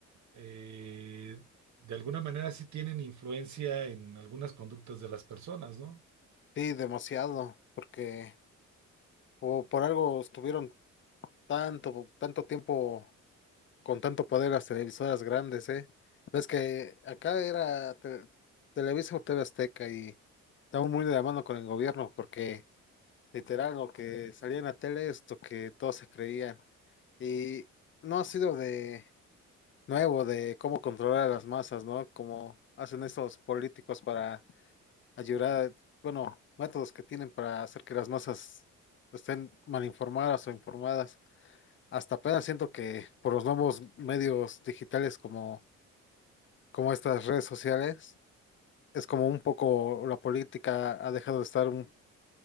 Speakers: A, on the right; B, on the left.
A: eh, de alguna manera sí tienen influencia en algunas conductas de las personas, ¿no?
B: sí, demasiado, porque o por algo estuvieron tanto, tanto tiempo con tanto poder las televisoras grandes, ¿eh? Ves que acá era te- Televisa o TV Azteca y estamos muy de la mano con el gobierno porque literal lo que salía en la tele es lo que todos se creían. Y no ha sido de nuevo de cómo controlar a las masas, ¿no? Como hacen estos políticos para ayudar, bueno, métodos que tienen para hacer que las masas estén mal informadas o informadas. Hasta apenas siento que por los nuevos medios digitales como, como estas redes sociales, es como un poco la política ha dejado de estar un,